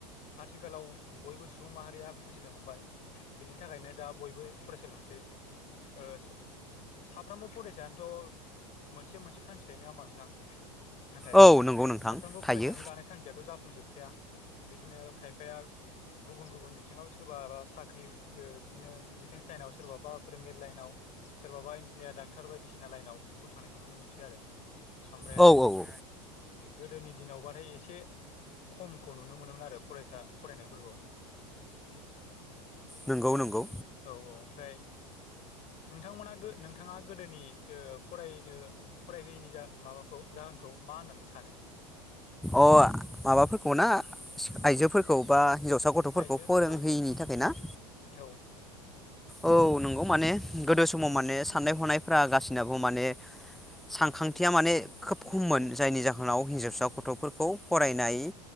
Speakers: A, on the left; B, in the centre.
A: आथिखालाव बयबो सुबुं माहारिया बुजिनो हमबाय। बिनि थाखायनो दा बयबो फरायसालियाव थांसै साफ्रोमबो फरायसायानोथ' मोनसे मोनसे थांखि थायो नङामा नोंथां? नाथाय
B: औ नंगौ नोंथां
A: साफ्रोमबो
B: थायो
A: फरायसानि लानाय थांखियाथ' जाफुंजोबखाया बिदिनो खायफाया गुबुन गुबुन बिथिङाव सोरबाा साख्रि बिदिनो डिफेन्स लाइनाव सोरबा बा फोरोंगिरि लाइनाव सोरबाबा इन्जिनियार डाक्टार बायदिसिना लाइनाव थांनायखौ नुनो मोनसै आरो। ओमफ्रायहाय
B: औ औ औ
A: गोदोनि दिनावबाथाय एसे खमखौ नुनो मोनोमोन आरो फरायसा फरायनायफोरखौ
B: नंगौ नंगौ
A: औ औ ओमफ्राय नोंथांमोना नोंथाङा गोदोनि ओ फरायनो फरायहोयैनि जा माबाखौ जाहोनखौ मा होननानै सानो?
B: अ माबाफोरखौ ना आइजोफोरखौ बा हिनजावसा गथ' गथ'फोरखौ
A: आइजो
B: फोरोंहोयिनि
A: औ औ
B: थाखाय ना
A: औ
B: औ नंगौ माने गोदो समाव माने साननाय हनायफ्रा गासिनाबो माने सानखांथिया माने खोब खममोन जायनि जाहोनाव हिनजावसा गथ'फोरखौ फरायनाय